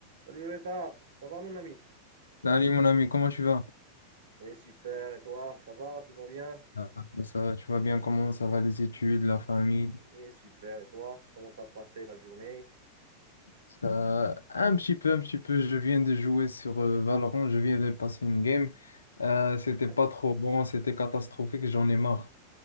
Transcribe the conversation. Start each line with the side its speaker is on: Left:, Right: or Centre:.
Right: Salut Reda, ça va mon ami?
Left: Salut mon ami, comment tu vas?
Right: Oui, super, et toi, ça va, tout va bien?
Left: Ah, Ça va, tu vas bien? Comment ça va les études, la famille?
Right: Oui, super, et toi, comment t'as passé la journée?
Left: Ça, un petit peu, un petit peu. Je viens de jouer sur euh, Valorant, je viens de passer une game. Euh, c'était
Right: Ah
Left: pas trop bon, c'était catastrophique, j'en ai marre.